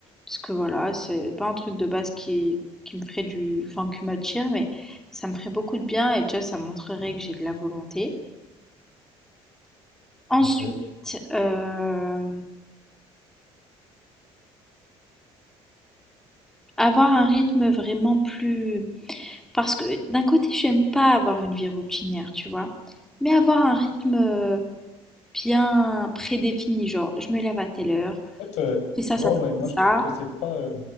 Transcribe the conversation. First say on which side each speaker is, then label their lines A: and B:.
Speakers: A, in the centre; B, on the left.
A: Parce que voilà, c'est pas un truc de base qui, qui me ferait du... Enfin, qui m'attire, mais ça me ferait beaucoup de bien et déjà, ça montrerait que j'ai de la volonté. Ensuite,
B: ok.
A: euh, avoir un rythme vraiment plus... Parce que d'un côté, j'aime pas avoir une vie routinière, tu vois. Mais avoir un rythme bien prédéfinie, genre je me lève à telle heure,
B: En fait, euh,
A: je fais ça,
B: tu
A: ça,
B: vois, ouais, moi
A: ça,
B: je trouve
A: ça.
B: que c'est pas. euh,